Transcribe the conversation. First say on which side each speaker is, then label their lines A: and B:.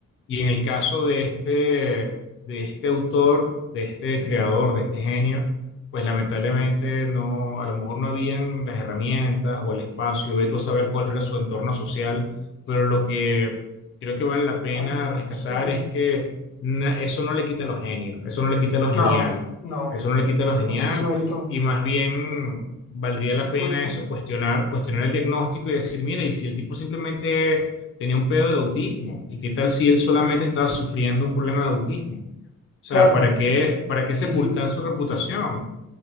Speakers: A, on the left; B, on the left.
A: y en el caso de este, de este autor, de este creador, de este genio, pues lamentablemente no, a lo mejor no habían las herramientas o el espacio, ve tú a saber cuál era su entorno social, pero lo que creo que vale la pena
B: bueno,
A: rescatar
B: sí,
A: es que na- eso no le quita lo genio, eso no le quita lo
B: no,
A: genial,
B: no,
A: eso no le quita lo genial.
B: por supuesto,
A: Y más bien valdría
B: por
A: la
B: supuesto,
A: pena eso, cuestionar, cuestionar el diagnóstico y decir, mira, y si el tipo simplemente tenía un pedo de autismo, ¿y qué tal si él solamente estaba sufriendo un problema de autismo? O sea,
B: claro.
A: ¿para qué, para qué sepultar
B: Y sí,
A: su reputación?